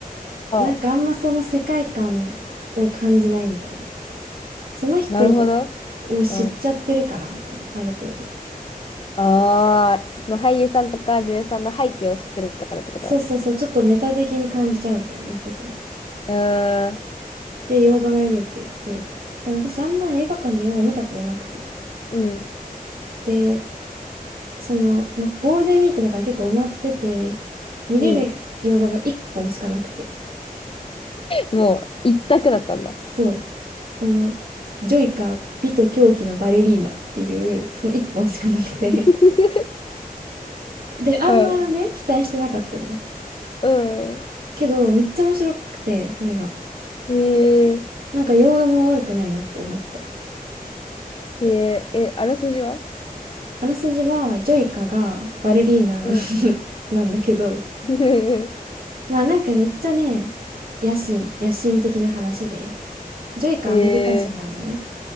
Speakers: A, on the right (about 75°); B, on the left (about 35°).
A: なんかあんまその世界観を感じないみたいな
B: あ。
A: その人
B: なるほど。
A: を知っちゃってるからみたいなある程度
B: うん。ああ。その俳優さんとか女優さんの背景を知ってるからってことう
A: そうそうそうちょっとメタ的に感じちゃうみたいな言ってて
B: ーん。
A: で洋画がいいって言ってでも私あんま映画館で洋画見たことなくて
B: うん。
A: でその、まあ、ゴールデンウィークだから結構埋まってて見れる洋画が1本しかなくて
B: うん。もう、一択だったんだ。
A: そう。その、ジョイカ美と狂気のバレリーナっていう、その一本しかなくて。
B: <laughs>
A: で、あんまね、
B: うん。
A: 期待してなかったのよ。
B: うん。
A: けど、めっちゃ面白くて、それが。
B: へえ、
A: なんか、洋画も悪くないなって思った。
B: へえ、え、あらすじは
A: あらすじは、ジョイカがバレリーナ
B: うん。
A: <laughs> なんだけど、
B: <laughs>
A: まあなんかめっちゃね、野心、野心的な話で、ジョイカアメリカ人なのね。
B: へえ、